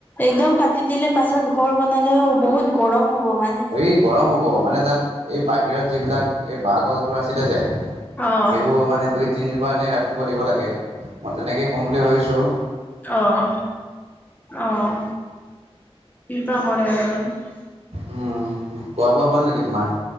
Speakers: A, on the left (about 15°); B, on the right (about 75°).
A: একদম কাটি দিলে পাছত ঘৰ বনালেও বহুত গৰম হ'ব মানে
B: এই গৰম হ'ব, মানে তাত এই বাহিৰত যিবিলাক এই বাঁহ গছবোৰ আছিলে যে
A: অ',
B: সেইবোৰ মানে দুই, তিনজোপা এনে ৰাখিব দিব লাগে। মই তেনেকে ক'ম বুলি ভাবিছো।
A: আহ, আহ, কিবা কৰে আৰু।
B: উম, খোৱা, বোৱা হ'ল নেকি তোমাৰ?